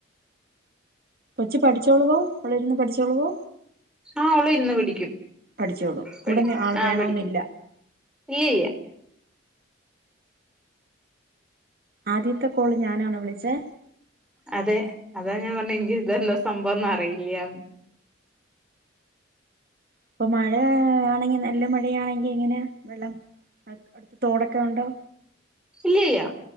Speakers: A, on the right (about 50°); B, in the centre.
A: കൊച്ച് പഠിച്ചോളുവോ ഓള് ഇരുന്ന് പഠിച്ചോളുവോ
B: ആഹ് അവള് ഇരുന്ന് പഠിക്കും
A: പഠിച്ചോളും കൂടെ
B: പഠി
A: ആൾ
B: ആഹ്
A: വേണോന്നില്ല
B: പഠിക്കും ഇല്ല ഇല്ല
A: ആദ്യത്തെ കോള് ഞാനാണോ വിളിച്ചേ
B: അതെ അതാ ഞാൻ പറഞ്ഞ എനിക്ക് ഇതെന്താ സംഭവംന്ന് അറിയില്ലന്ന്
A: ഇപ്പൊ മഴ ആണെങ്കിൽ നല്ല മഴയാണെങ്കിൽ എങ്ങനാ വെള്ളം അടു അടുത്ത് തോടൊക്കെ ഉണ്ടോ
B: ഇല്ല്യ ഇല്ല്യ